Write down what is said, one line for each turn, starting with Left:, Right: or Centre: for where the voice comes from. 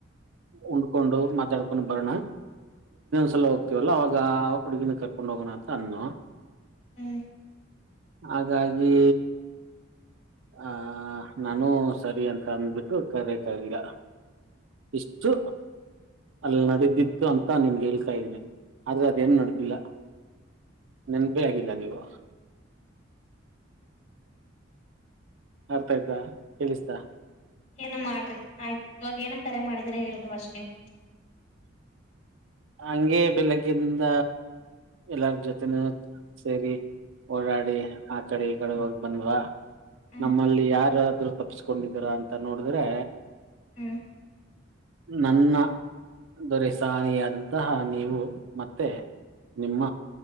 Right: ಉಂಡ್ಕೊಂಡು ಮಾತಾಡ್ಕೊಂಡು ಬರೋಣೊ ಸಲ್ಲ ಹೋಗ್ತತಿವಲ್ಲ ಅವಾಗ ಆ ಹುಡುಗಿನ ಕರ್ಕೊಂಡ್ ಹೋಗೋಣ ಅಂತ ಅನ್ನು
Left: ಹ್ಮ್
Right: ಹಾಗಾಗಿ ಆ ನಾನು ಸರಿ ಅಂತ ಅಂದ್ಬಿಟ್ಟು ಕರೆಕ್ ಆಗಿಲ್ಲ ಇಷ್ಟು ಅಲ್ಲಿ ನಡೆದತ್ತು ಇ ಅಂತ ನಿನ್ಗೆ ಹೇಳ್ತಾ ಇದ್ದೀನಿ ಆದ್ರೆ ಅದೇನು ನಡತಿಿಲ್ಲ ನೆನಪೇ ಆಗಿಲ್ಲ ನೀವು ಅರ್ಥ ಆಯ್ತಾ ಕೇಳಿಸ್ತಾ
Left: ಏನು ಮಾಡ್ರಿ ಆಯ್ತು ಇವಾಗ ಏನ ಕರೆ ಮಾಡಿದಿ್ರ ಹೇಳುದು ಅಷ್ಟ ನೀವು
Right: ಹಂಗೆ ಬೆಳಗ್ಗಿಂದ ಎಲ್ಲಾರ ಜೊತೆನೂ ಸೇರಿ ಓಡಾಡಿ ಆ ಕಡೆ ಈ ಕಡೆ ಹೋಗ ಬಂದ್ವಾ
Left: ಹ್ಮ್
Right: ನಮ್ಮಲ್ಲಿ ಯಾರಾದ್ರರು ತಪ್ಸ್ಕೊಂಡಿದರ ಅಂತ ನೋಡಿದ್ರೆ
Left: ಹೂ
Right: ನನ್ನ ದೊರೆ ಸಾನಿಯಾರು ಸಹ ನೀವು ಮತ್ತೆ ನಿಮ್ಮ